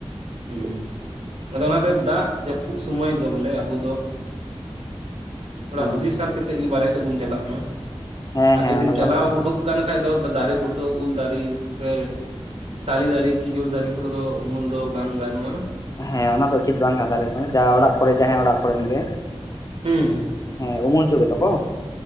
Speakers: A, on the right (about 85°); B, on the left (about 35°).
A: ᱦᱩᱸ ᱟᱫᱚ ᱚᱱᱟᱛᱮ ᱫᱟᱜᱽ ᱡᱟᱹᱯᱩᱫ, ᱥᱚᱢᱚᱭ ᱫᱚ ᱵᱚᱞᱮ ᱟᱵᱚ ᱫᱚ ᱛᱷᱚᱲᱟ
B: ᱦᱮᱸ
A: ᱦᱩᱫᱤᱥᱟᱨ ᱠᱟᱛ ᱛᱮ ᱜᱮ ᱵᱟᱨᱦᱮ ᱥᱮᱫ ᱵᱚᱱ ᱪᱟᱞᱟᱜ ᱢᱟ᱾
B: ᱦᱮᱸ
A: ᱟᱨ
B: ᱦᱮᱸ ᱦᱮᱸ
A: ᱡᱩᱫᱤᱢ
B: ᱚᱱᱟ
A: ᱪᱟᱞᱟᱣ
B: ᱫᱚ ᱦᱳᱭ
A: ᱩᱰᱩᱠ, ᱠᱟᱱ ᱠᱷᱟᱡ ᱫᱚ ᱫᱟᱨᱮ ᱵᱩᱴᱟᱹ ᱩᱞ ᱫᱟᱨᱮ ᱥᱮ, ᱛᱟᱞᱮ ᱫᱟᱨᱮ ᱠᱷᱤᱡᱩᱨ ᱫᱟᱨᱮ ᱠᱚᱨᱮ ᱫᱚ ᱩᱢᱩᱞ ᱫᱚ ᱵᱟᱝ ᱜᱟᱱᱚᱜᱼᱟ᱾
B: ᱦᱮᱸ ᱚᱱᱟ ᱫᱚ ᱩᱪᱤᱛ ᱵᱟᱝ ᱠᱟᱱ ᱛᱮ ᱡᱟᱦᱟᱸ ᱚᱲᱟᱜ ᱠᱚᱨᱮ ᱡᱟᱦᱟᱸᱟᱭ ᱚᱲᱟᱜ ᱠᱚᱨᱮᱱ ᱜᱮ᱾
A: ᱦᱩᱸ ᱦᱩᱸ,
B: ᱦᱮᱸ ᱩᱢᱩᱞ ᱪᱩ ᱠᱮᱫᱟ ᱠᱚ